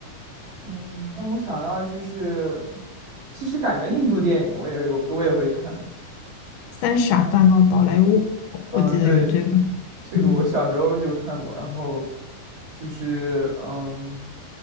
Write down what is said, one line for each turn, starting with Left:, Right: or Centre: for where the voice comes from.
Right: 嗯，但我想到就是，其实感觉印度电影我也有我也会看，
Left: 《三傻大闹宝莱坞》，我我记得有这个，
Right: 嗯，对，这个我小时候就看过，
Left: 嗯，
Right: 然后就是嗯，